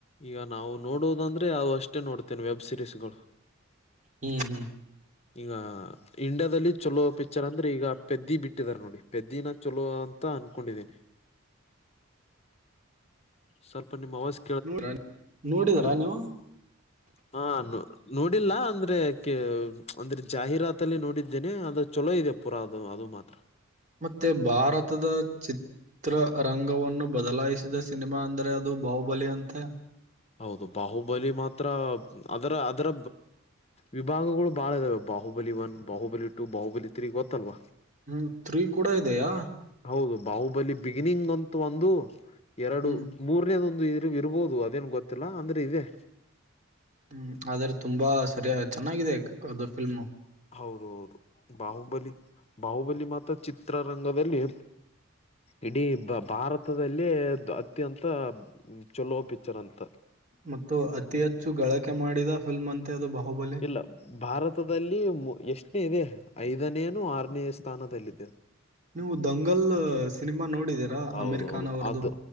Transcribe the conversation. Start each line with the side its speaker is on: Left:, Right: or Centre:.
Left: ಈಗ ನಾವು ನೋಡುವುದಂದ್ರೆ ಅವು ಅಷ್ಟೇ ನೋಡ್ತೇನೆ ವೆಬ್ ಸೀರೀಸ್ಗಳು.
Right: ಹ್ಮ್ ಹ್ಮ್.
Left: ಈಗ ಇಂಡಿಯಾದಲ್ಲಿ ಚಲೋ ಪಿಕ್ಚರ್ ಅಂದ್ರೆ ಈಗ. ಪೆದ್ದಿ ಬಿಟ್ಟಿದಾರ ನೋಡಿ ಪೆದ್ದಿನ ಚೊಲೋ ಅಂತ ಅನ್ಕೊಂಡಿದ್ದೀನಿ. ಸ್ವಲ್ಪ ನಿಮ್ಮ ಅವಸ.
Right: ನೋಡ ನೋಡಿದೀರಾ ನೀವು.
Left: ಹಾ. ನೋಡಿಲ್ಲ ಅಂದ್ರೆ ಕೇಳ್ ತ್ ಜಾಹೀರಾತಲ್ಲಿ ನೋಡಿದ್ದೇನೆ ಅದ್ರ ಚೊಲೋ ಇದೆ ಪೂರಾ ಅದು ಅದು ಮಾತ್ರ.
Right: ಮತ್ತೆ ಭಾರತದ ಚಿ. ಚಿತ್ರ ರಂಗವನ್ನು ಬದಲಾಯಿಸಿದ ಸಿನಿಮಾ ಅಂದ್ರೆ ಅದು ಬಾಹುಬಲಿಯ ಅಂತೆ.
Left: ಹೌದು ಬಾಹುಬಲಿ ಮಾತ್ರ ಅದರ ಅದರ ವಿಭಾಗಗಳು ಬಾಳ ಇದಾವೆ Baahubali one Baahubali two Baahubali three ಗೊತ್ತಲ್ವಾ.
Right: ಹ್ಮ್ ತ್ರೀ ಕೂಡ ಇದೆಯಾ.
Left: ಹೌದು ಬಾಹುಬಲಿ ಬಿಗಿನಿಂಗ್ ಅಂತೂ ಒಂದು ಎರಡು
Right: ಹ್ಮ್
Left: ಮೂರನೇದೊ ಒಂದು ಇದೆ ಇರಬಹದು ಅದೇನು ಗೊತ್ತಿಲ್ಲ ಅಂದ್ರೆ ಇದೆ.
Right: ಹ್ಮ್ ಆದ್ರೆ ತುಂಬಾ ಸರಿಯ ಚೆನ್ನಾಗಿದೆ ಅದು ಫಿಲ್ಮ್.
Left: ಹೌದ ಹೌದು ಬಾಹುಬಲಿ ಬಾಹುಬಲಿ ಮಾತ್ರ ಚಿತ್ರರಂಗದಲ್ಲಿ ಇಡೀ ಬ ಭಾರತದಲ್ಲಿ ಅತ್ಯಂತ ಚಲೋ ಪಿಕ್ಚರ್ ಅಂತ.
Right: ಮತ್ತು ಅತಿ ಹೆಚ್ಚು ಗಳಕೆ ಮಾಡಿದ ಫಿಲ್ಮ್ ಅಂತೆ ಅದು ಬಾಹುಬಲಿ.
Left: ಇಲ್ಲ ಭಾರತದಲ್ಲಿ ಎಷ್ಟನೇ ಇದೆ ಐದನೇನು ಆರನೇ ಸ್ಥಾನದಲ್ಲಿದೆ
Right: ನೀವು ದಂಗಲ್ ಸಿನಿಮಾ ನೋಡಿದೀರಾ
Left: ಹೌದೌದು
Right: ಅಮೀರ್ ಖಾನ್ ಅವರದು.
Left: ಅದು